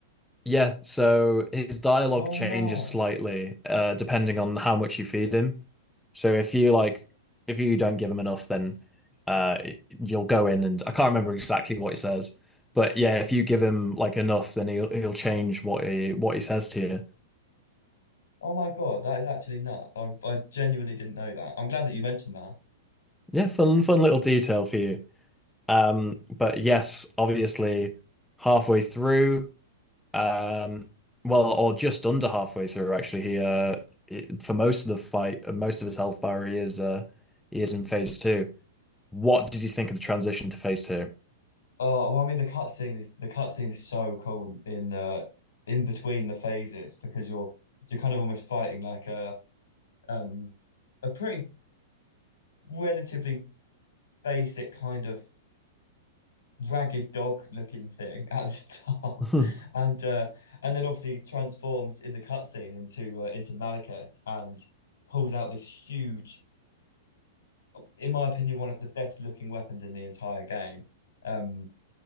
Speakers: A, in the centre; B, on the left.
A: Yeah, so his dialogue
B: Oh
A: changes
B: my.
A: slightly uh, depending on how much you feed him. So if you like, if you don't give him enough, then uh, you'll go in and I can't remember exactly what he says, but yeah, if you give him like enough, then he'll he'll change what he what he says to you.
B: Oh my God, that is actually nuts. I I genuinely didn't know that. I'm glad that you mentioned that.
A: Yeah, fun fun little detail for you. Um, but yes, obviously, halfway through. Um, well, or just under halfway through, actually. He uh, it- for most of the fight, uh, most of his health bar, he is uh, he is in phase two. What did you think of the transition to phase two?
B: Oh, well, I mean the cutscene is the cutscene is so cool in uh in between the phases because you're you're kind of almost fighting like a um a pretty relatively basic kind of ragged dog looking thing <laughs> at the start,
A: <laughs>
B: <laughs>
A: <laughs>
B: and uh, and then obviously transforms in the cutscene into uh, into Malekith and pulls out this huge, in my opinion, one of the best looking weapons in the entire game. Um,